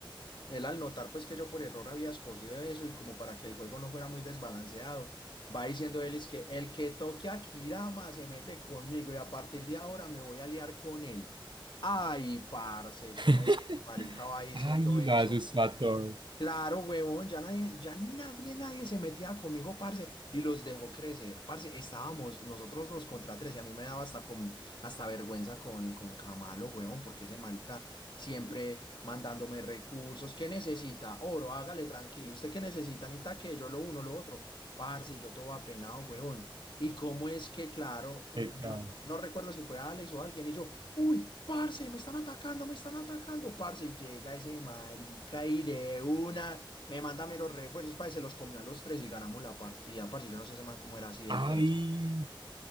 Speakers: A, on the left; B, on the right.
A: él al notar pues que yo por error había escogido eso y como para que el juego no fuera muy desbalanceado, va diciendo él es que el que toque a Kirama se mete conmigo y a partir de ahora me voy a liar con él. Ay, parce,
B: <laughs>
A: ¿cómo es que ese marica va diciendo
B: Ay,
A: eso?
B: lo asustó a todo.
A: Claro, huevón, ya nadie, ya nadie, nadie se metía conmigo, parce, y los dejó crecer. Parce, estábamos nosotros dos contra tres y a mí me daba hasta, con, hasta vergüenza con, con Camalo, huevón, porque ese marica siempre mandándome recursos. ¿Qué necesita? Oro, hágale tranquilo. ¿Usted qué necesita? Necesita que yo lo uno, lo otro. Parce, y yo todo apenado, huevón. Y cómo es que, claro, yo
B: Qué cabrón.
A: no recuerdo si fue Alex o alguien, y yo. Uy, parce, me están atacando, me están atacando, parce. Y llega ese marica y de una me manda meros refuerzos, parce. Se los comió a los tres y ganamos la partida, parce. Yo no sé ese man cómo era así de
B: Ay.
A: teso.